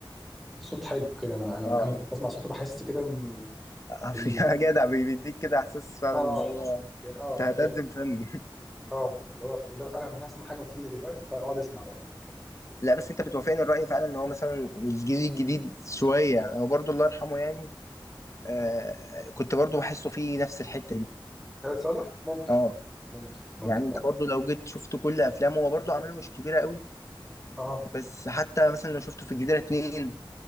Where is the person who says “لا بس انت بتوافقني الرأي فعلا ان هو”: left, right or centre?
Left